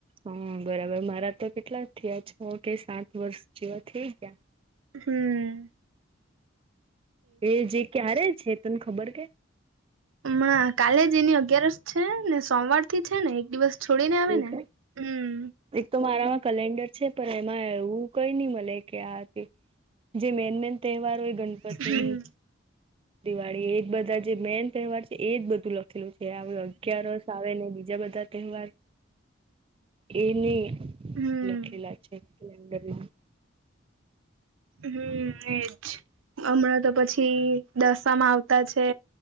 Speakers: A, on the right; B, on the right.
A: હા બરાબર મારા તો કેટલા થયા છ કે સાત વર્ષ જેવા થેય ગયા
B: હમ્મ.
A: એ જે ક્યારે છે, તને ખબર કે
B: અમણાં કાલે જ એની અગિયારસ છે, ને સોમવાર થી છે, ને એક દિવસ છોડીને આવેને
A: એવું કે
B: હમ્મ
A: એક તો મારામાં કેલેન્ડર છે, પણ એમાં એવું કઈ ની મલે કે આ તે જે મેન મેન તહેવાર હોય ગણપતિ
B: હમ
A: દિવાળી એજ બધા જે મેન તહેવાર છે, એજ બધું લખેલું છે. આવે અગિયારસ આવે ને બીજા બધા તહેવાર એની
B: હમ.
A: લખેલા છે, કલેનદરમા
B: હમ એજ હમણાં તો પછી દશામાં આ તા છે,